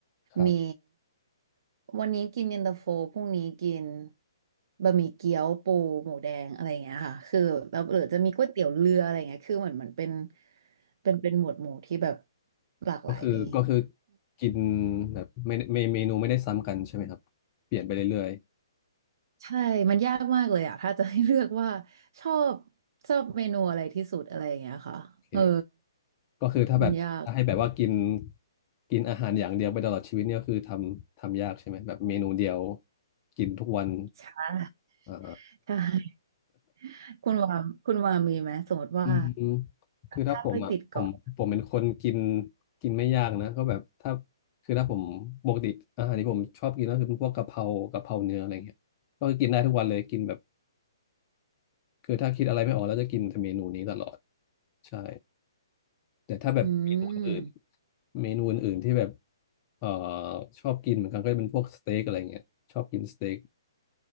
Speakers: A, on the left; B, on the right.
A: ครับ
B: มีวันนี้กินเย็นตาโฟพรุ่งนี้กินบะหมี่เกี๊ยวปูหมูแดงอะไรอย่างเงี้ยค่ะคือแล้วหรือจะมีก๋วยเตี๋ยวเรืออะไรอย่างเงี้ยคือเหมือนเหมือนเป็นเป็นเป็นหมวดหมู่ที่แบบหลากหลายดี
A: ก็คือก็คือกินแบบไม่ไม่เมนูไม่ได้ซ้ำกันใช่ไหมครับเปลี่ยนไปเรื่อย
B: ใช่ มันยากมากเลยอะถ้าจะให้เลือกว่าชอบชอบเมนูอะไรที่สุดอะไรอย่างเงี้ยค่ะ
A: ๆโอเค
B: เออ
A: ก็คือถ้าแบบถ้าให้แบบว่ากิน
B: มันยาก
A: กินอาหารอย่างเดียวไปตลอดชีวิตเนี่ยก็คือทำทำยากใช่ไหมแบบเมนูเดียวกินทุกวัน
B: อ่ะ
A: อ่า
B: ใช่คุณวามคุณวามีไหม สมมติว่า
A: อืมคือถ้าผมอ่ะผมผมเป็นคนกิน
B: ถ้าไปติดเกาะ
A: กินไม่ยากนะก็แบบถ้าคือถ้าผมปกติอาหารที่ผมชอบกินก็คือเป็นพวกกะเพรากะเพราเนื้ออะไรเงี้ยก็กินได้ทุกวันเลยกินแบบคือถ้าคิดอะไรไม่ออกแล้วจะกินแต่เมนูนี้ตลอดใช่แต่ถ้าแบบเมนูอื่น
B: อืม
A: เมนูอื่นๆที่แบบเอ่อชอบกินเหมือนกันก็จะเป็นพวกสเต็กอะไรเงี้ยชอบกินสเต็ก